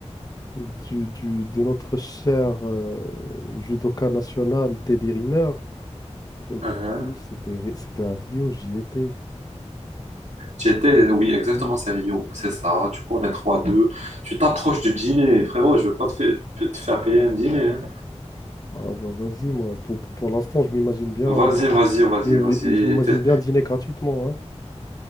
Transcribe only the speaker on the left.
du, du- de notre cher euh, judoka national, Teddy Riner, bah, du
coup, c'était Ri- c'était à Rio, j'y étais.
Ouais.
Ah, bah, vas-y, moi, pour, pour l'instant, je m'imagine bien,
je m'im-
je m'imagine
bien dîner gratuitement, hein.